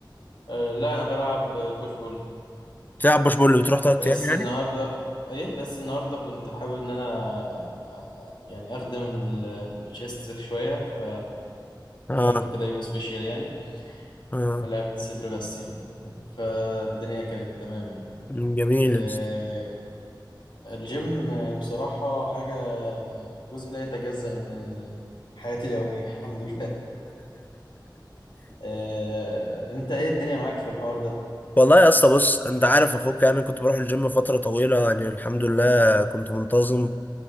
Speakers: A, on the left; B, on the left.
A: آه لا انا بلعب بوش بول
B: بتلعب بوش بول بتروح تلات
A: بس
B: أيام يعني
A: النهارده ايه بس النهارده كنت حابب ان انا آه، آه، يعني اخدم ال- الشيست شويه ف
B: اه
A: عملته كده يوم سبيشيال يعني
B: اه
A: لعبت صدر بس يعني فالدنيا كانت تمام يعني
B: مم، جميل
A: آه،
B: <laughs> يا اسطى.
A: الجيم يعني بصراحة حاجة جزء لا يتجزأ من حياتي اليومية <laughs> الحمد لله آه، انت ايه الدنيا معاك في الحوار ده؟
B: والله يا اسطى بص انت عارف اخوك يعني، انا كنت بروح الجيم فترة طويلة يعني الحمد لله كنت منتظم